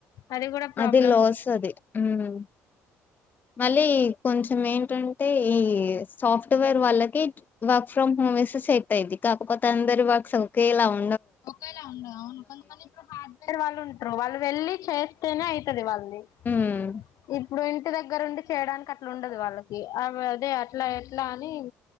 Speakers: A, on the left; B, on the left.
A: అది కూడా ప్రాబ్లం
B: అది లాస్ అది హ్మ్మ్ మళ్ళీ కొంచం ఏంటంటే ఈ సాఫ్ట్వేర్ వాళ్ళకి వర్క్ ఫ్రమ్ హోమ్ ఇస్తే సెట్ అయిది కాకపోతే అందరి వర్క్స్ ఒకేలా ఉ
A: ఒకేలా ఉండవు అవును కొంతమంది ఇప్పుడు హార్డ్వేర్ ఉంటారు వాళ్ళు వెళ్ళి చేస్తేనే అయితాది వాళ్ళు ఇ
B: ఉమ్
A: <unintelligible> ఇప్పుడు ఇంటి దగ్గర ఉండి చేయడానికి అట్లా ఉండదు వాళ్ళకి అ అదే అట్లా ఎట్లా అని